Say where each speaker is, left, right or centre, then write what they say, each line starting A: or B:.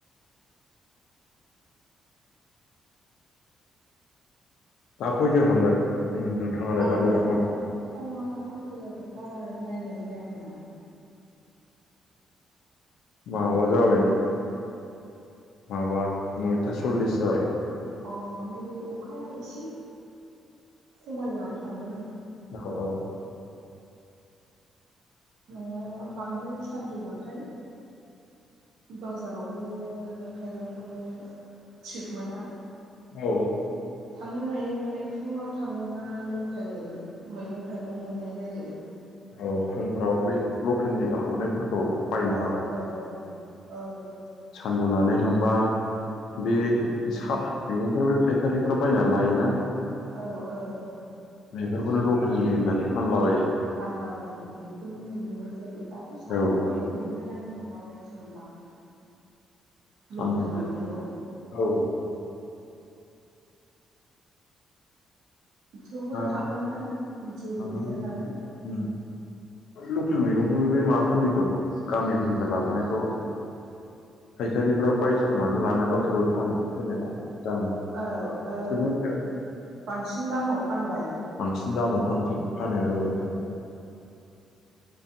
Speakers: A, on the left (about 90°); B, on the right (about 70°).
A: दाखैथो थांगोन नोंथाङालाय
B: आङो
A: बाजाराव
B: टाइमा खयथा जाखोथाय नायनाय जायाखै आं
A: माबा
B: थांगोन
A: जाबाय माबा नयथा सल्लिस जाबाय
B: अ नैबे अखाया एसे खमायबा थांगोन आं।
A: औ औ
B: नोङो बांद्राय सानजौबाथाय बाजारावबो मैगं थाइगंखौनो थिग मोना।
A: औ
B: थांनो हायोबालाय फुङाव थाङोबा लकेल मैगं थाइगं मोननाय जायो।
A: औ फुंफ्राव बे लकेलनि लाबोनायफोरखौ बायनो
B: औ औ औ
A: सानजुनानै थांबा बे
B: दा
A: स मैगंफोर बे फायखारिफाव बायनानै लायोना
B: औ औ
A: बेफोरखौनो लकेलनि होननानै फानलाबायो
B: फानलाबायो बेखौनो मोनबोनाय जायो दाथ' सानजौबाय
A: औ
B: मोननै आं मला बायदि मोनदां
A: सानजौनाय
B: लकेल मैगंखौ
A: औ
B: थेवबो
A: आरो
B: थांनांगोन जेबो
A: थांनानै
B: गैया नालाय।
A: उम लकेल मैगंफोरनि बे माबाफोरनिखौ गामिफोरनिफ्राय लाबोनायखौ फायखारिफोरा बायस'नानै लानानै गावसोरबो फानो जेनेबा दाम
B: औ औ
A: एसे बुरजायाव
B: बांसिन दामाव फानबाय
A: बांसिन दामाव फानसै फानो
B: उम
A: औ